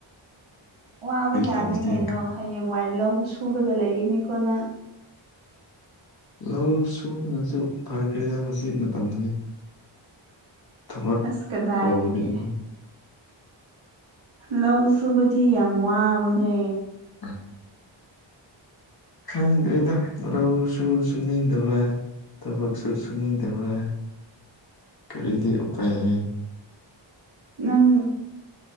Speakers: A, on the right; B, on the left.
A: ꯋꯥꯕ ꯌꯥꯗꯦ
B: ꯇꯝꯕꯁꯦ
A: ꯀꯩꯅꯣ ꯍꯌꯦꯡ ꯋꯥꯏ ꯂꯧꯕ ꯁꯨꯔꯒ ꯂꯩꯒꯅꯤꯀꯣ ꯅꯪ
B: ꯂꯧ ꯁꯨꯕꯅꯁꯨ ꯐꯈ꯭ꯔꯦꯗ ꯍꯧꯖꯤꯛ ꯃꯇꯝꯗꯤ ꯊꯕꯛ
A: ꯑꯁ ꯀꯗꯥꯏꯗꯒꯤ
B: ꯇꯧꯕꯗꯒꯤꯗꯤ
A: ꯂꯧ ꯁꯨꯕꯗꯤ ꯌꯥꯝ ꯋꯥꯕꯅꯦ
B: ꯑ ꯈꯪꯗꯦꯗ ꯂꯧꯁꯨ ꯁꯨꯅꯤꯡꯗꯕ ꯊꯕꯛꯁꯨ ꯁꯨꯅꯤꯗꯕ ꯀꯔꯤꯗꯤ ꯎꯄꯥꯏꯂꯩ
A: ꯅꯪ